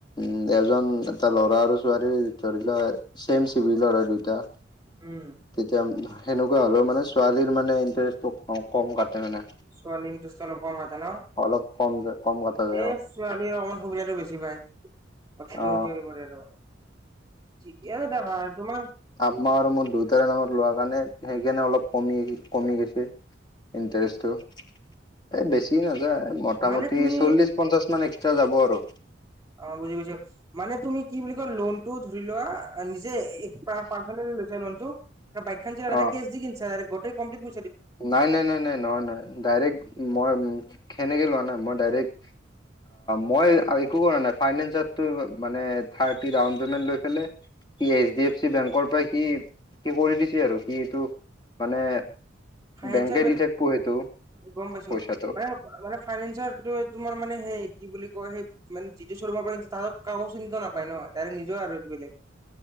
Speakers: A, on the left (about 25°); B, on the right (about 15°).
A: উম এজন এটা ল'ৰা আৰু ছোৱালী ধৰি লোৱা ছেম চভিলৰে লৰা দুইটা
B: উম
A: তেতিয়া সেনেকুৱা হলেওঁ মানে ছোৱালীৰ মানে ইণ্টাৰেষ্টটো কম। কম কাটে মানে।
B: ছোৱালীৰ ইণ্টাৰেষ্ট অলপ কম কে কাটে ন?
A: অলপ কম কম কটা যায়
B: এ ছোৱালীয়ে
A: অ
B: অকমান সুবিধাটো বেছি পায়, অৰ্থনৈতিক
A: অ
B: হৈ পৰে আৰু। ঠিকে আছে দিয়া ভাল। তোমাৰ?
A: ম্মা আৰু মোৰ দুয়টাৰে নামত লোৱা কাৰণে সেইকাৰণে অলপ কমি কমি গৈছে ইণ্টাৰেষ্টটো। এই বেছি নাযায় মোটামুটি
B: মানে তুমি,
A: চল্লিশ পঞ্চাশ মান এক্সট্ৰা যাব আৰু
B: অ' বুজি পাইছো। মানে তুমি কি বুলি কয় লোনটো টো ধৰি লোৱা নিজে পাৰ্চনেলি লৈছে লোন টো? বাইকখান যে আগতে
A: অ
B: কেছ দি কিনিছা? ত গোতেই কম্পিলিত ব
A: নাই, নাই, নাই, নাই, নহয়, নহয় ডাইৰেক্ট মই সেনেকে লোৱা নাই। মই ডাইৰেক্ট মই একো কৰা নাই ফাইনেনচতটো থাৰ্টি ডাউন পেমেণ্ট লৈ পেলাই সি এইঢ ডি এফ চি বেংকৰ পৰা সি কৰি দিছে আৰু। মানে
B: ফাইনেন্সাৰ
A: বেংকে দি থাকিব সেইটো
B: গ'ম পাইছো,
A: পইচাটো
B: মানে মানে ফাইনেন্সৰটো তোমাৰ মানে হে কি বুলি বুলি কয় সেই মানে জিতু ৰ্শমাৰ পৰা কিনিছা, তাত কাকো চিন্তা নাপায় ন তাৰে নিজৰ আৰু এইটো বেলেগ।